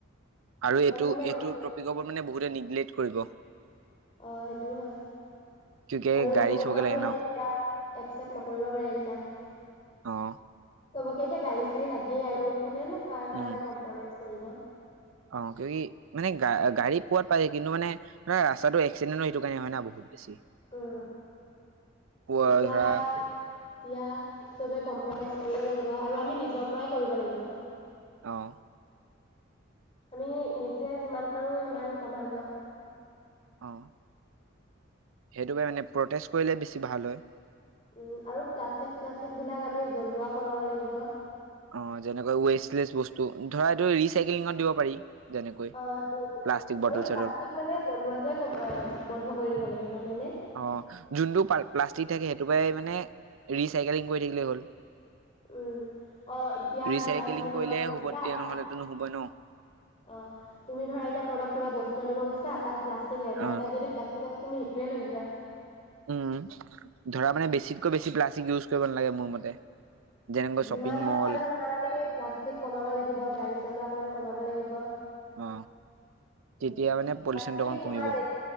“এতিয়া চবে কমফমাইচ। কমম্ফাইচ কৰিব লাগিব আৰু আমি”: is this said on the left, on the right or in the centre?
Left